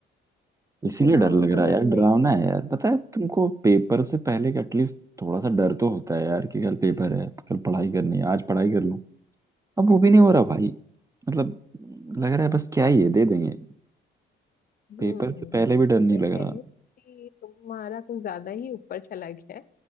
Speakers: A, on the right; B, on the left.
A: इसीलिए
B: इतना
A: डर लग
B: उनको
A: रहा है
B: लत
A: यार डरावना
B: है
A: है यार पता है तुमको पेपर से पहले एटलीस्ट थोड़ा सा डर तो होता है यार कि कल पेपर है कल पढ़ाई करनी है आज पढ़ाई कर लूं अब वो भी नहीं हो रहा भाई मतलब लग रहा है बस क्या ही है दे देंगे
B: हम्म
A: पेपर से पहले भी डर नहीं
B: मैं
A: लग
B: कह
A: रहा
B: रही हूँ कि तुम्हारा कुछ ज्यादा ही ऊपर चला गया है